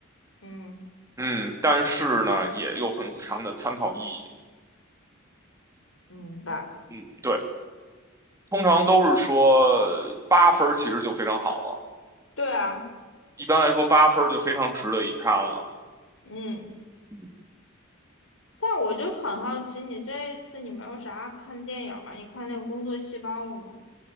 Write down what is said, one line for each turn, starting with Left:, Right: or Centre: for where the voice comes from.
Left: 嗯，
Right: 嗯，但是呢，也有很强的参考意义。
Left: 明白。
Right: 嗯，对，通常都是说八分儿其实就非常好了，
Left: 对啊，
Right: 一般来说八分儿就非常值得一看了。
Left: 嗯。
Right: 嗯，
Left: 但我就很好奇，你这一次你没有啥看电影吗？你看那个《工作细胞》了吗？